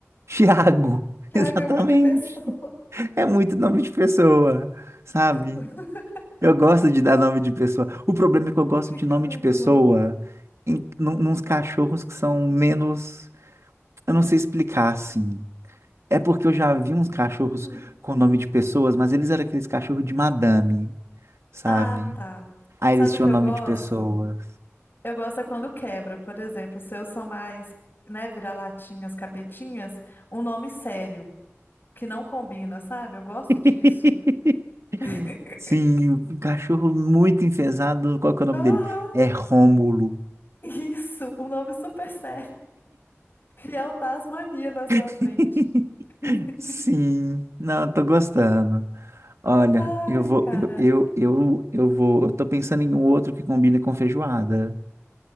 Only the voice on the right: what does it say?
Tiago. <laughs>
Exatamente.
É muito nome de pessoa, sabe?
Eu gosto de dar nome de pessoa. O problema é que eu gosto
de nome
de pessoa
em, num- nos cachorros que são menos. Eu não sei explicar assim. É porque eu já vi uns cachorros
com nome de pessoas, mas eles eram aqueles cachorros de madame, sabe?
Aí
eles tinham
nome
de pessoas.
<laughs>
Sim, um cachorro muito enfesado. Qual que é o nome
dele? É Rômulo.
<laughs>
Sim, não, eu tô gostando. Olha,
eu vou,
eu, eu, eu, eu vou, eu tô pensando em um outro que combine com feijoada.